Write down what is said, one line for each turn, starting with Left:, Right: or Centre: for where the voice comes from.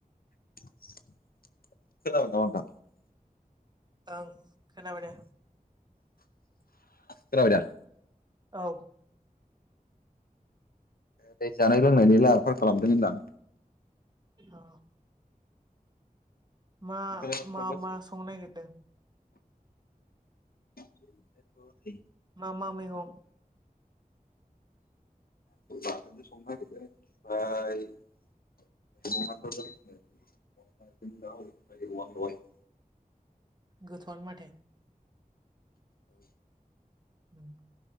Left: <unintelligible>
Right: ओं खोनाबाय दे
Left: खोनाबायदा
Right: औ
Left: नै जानाय लोंनायनि लाहार फाहार खालामदों होनदां
Right: अ मा
Left: ओंखायनो खालामगासिनो?
Right: मा मा संनो नागिरदों?
Left: <inaudible>
Right: मा मा मैगं
Left: <unintelligible> <unintelligible>
Right: गोथावानो माथो उम